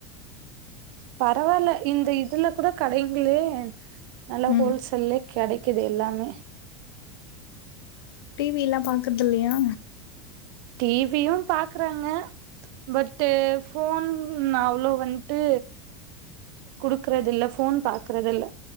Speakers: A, on the right; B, on the left.
A: பரவால்ல இந்த இதுல கூட கடைங்ளேன் நல்லா
B: ம்
A: ஹோல்சேல்லே கெடைக்குது எல்லாமே
B: டி வி எல்லா பாக்கற்தில்லயா
A: டி வி யு பாக்றாங்க பட்டு ஃபோன் நா அவ்ளோ வந்ட்டு குடுக்கறதில்ல ஃபோன் பாக்கறதில்ல